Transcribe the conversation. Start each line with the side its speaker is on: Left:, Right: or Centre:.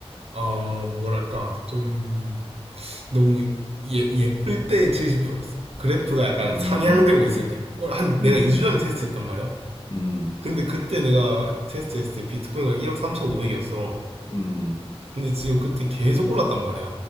Right: 어 뭐랄까 좀 너무 예, 예쁠 때 70%였어. 그래프가 약간
Left: 음,
Right: 상향되고 있을 때. 어, 한
Left: 음,
Right: 내가 2주 전에 테스트했단 말이야.
Left: 음,
Right: 근데 그때 내가 테스트했을 때 비트코인가 1억 3,500이었어.
Left: 음,
Right: 근데 지금 그때 계속 올랐단 말이야.